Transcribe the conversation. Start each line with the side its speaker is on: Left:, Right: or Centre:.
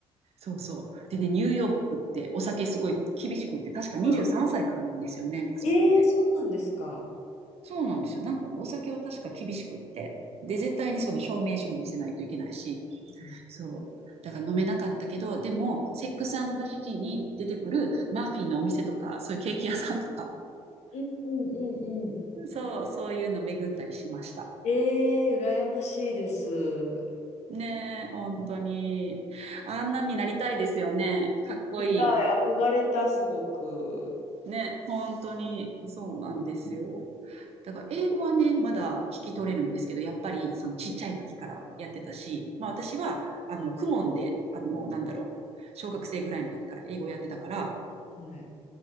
Right: そうそう。でね、ニューヨークってお酒すごい厳しくって、確か23歳からなんですよね、
Left: うん。
Right: あそこって。
Left: えー、そうなんですか。
Right: そうなんですよ。なんかね、お酒は確か厳しくって。で、絶対にその証明書も見せないといけないし、
Left: うん
Right: そう。だから飲めなかったけど、でも、セックスザシティに出てくるマフィンのお店とか、そういうケーキ屋さんとか、
Left: うんうんうんうん。
Right: <laughs> そう、そういうの巡ったりしました。
Left: えー、羨ましいです。
Right: ねえ、本当に。あんなんになりたいですよね。かっこい
Left: 見たい。憧れた、すごく。
Right: い。ね、本当に、そうなんですよ。だから英語はね、まだ聞き取れるんですけど、やっぱりそのちっちゃい時からやってたし、まあ私は、あの、公文で、あの、なんだろう、小学生ぐらいの時から英語やってたから、
Left: はい。